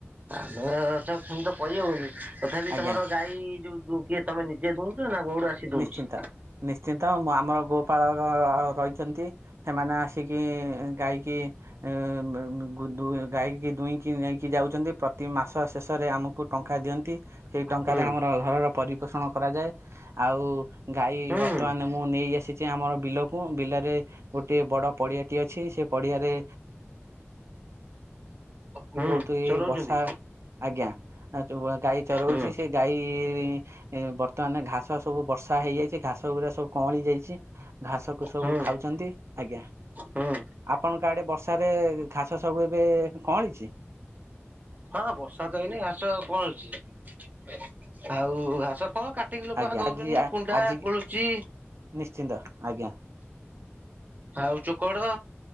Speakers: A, on the right; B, on the right.
A: ଆମର ତ ସେମିତ ତ କଇ ହବନି ତଥାପି
B: ଆଜ୍ଞା।
A: ତମର ଗାଈ ଯୋଉ ଉମ୍ କିଏ ତମେ ନିଜେ ଦୁହୁଁଚ ନା ଗୋଉଡୁ ଆସି ଦୁହଁଟି?
B: ନିଶ୍ଚିନ୍ତ ନିଶ୍ଚିନ୍ତ ମୁଁ ଆମର ଗୋପାଳର ର ରହିଚନ୍ତି। ସେମାନେ ଆସିକି ଗାଇକି ଏ ଗୁ ଦୁଏ ଗାଈକି ଦୁହିଁକି ନେଇକି ଯାଉଚନ୍ତି ପ୍ରତି ମାସ ଶେଷରେ ଆମକୁ ଟଙ୍କା ଦିଅନ୍ତି ସେଇ ଟଙ୍କାରେ
A: ହୁଁ
B: ଆମର ଘରର ପରିପୋଷଣ କରାଯାଏ ଆଉ ଗାଈ
A: ହୁଁ
B: ବର୍ତ୍ତମାନ ମୁଁ ନେଇ ଆସି ଆମର ବିଲକୁ ବିଲରେ ଗୋଟିଏ ବଡ ପଡିଆଟି ଅଛି ସେ ପଡିଆରେ
A: ହୁଁ
B: ବି ବୋହୁତୁ ଏଇ
A: ଚରଉଛନ୍ତି
B: ବର୍ଷା ଆଜ୍ଞା ଆ ଚୁଆ ଗାଈ ଚରୋଉଚି
A: ହୁଁ
B: ସିଏ ଗାଈ ବି ଏ ବର୍ତ୍ତମାନେ ଘାସ ସବୁ ବର୍ଷା ହେଇଯାଇଚି ଘାସଉରା ସବୁ କଅଁଳି ଯାଇଚି। ଘାସକୁ ସବୁ
A: ହୁଁ।
B: ଖାଉଚନ୍ତି। ଆଜ୍ଞା
A: ହୁଁ
B: ଆପଣଙ୍କ ଆଡେ ବର୍ଷାରେ ଘାସ ସବୁ ଏବେ କଅଁଳି ଚି
A: ହଁ ବର୍ଷା ତ ହେଇନେଇ ଘାସ କଅଁଳିଚି ଆଉ ଘାସ କଣ କା ଏତିକି ଲୋକ
B: ଆଜ୍ଞା
A: ହା ଦଉଛନ୍ତି
B: ଆଜି ଆ-
A: କୁଣ୍ଡା
B: ଆଜି
A: କୋଳୁଚି
B: ନିଶ୍ଚିନ୍ତ ଆଜ୍ଞା।
A: ଆଉ ଚୋକଡ।